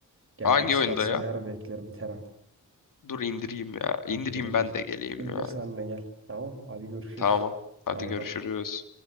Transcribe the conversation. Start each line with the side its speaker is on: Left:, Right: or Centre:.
Right: Gelmek
Left: Hangi
Right: istersen
Left: oyunda ya?
Right: eğer beklerim Tera.
Left: Dur indireyim ya. İndireyim
Right: İndir indir.
Left: ben de geleyim
Right: İndir
Left: ya.
Right: sen de gel. Tamam. Hadi görüşürüz.
Left: Tamam. Hadi
Right: Bay
Left: görüşürüz.
Right: bay.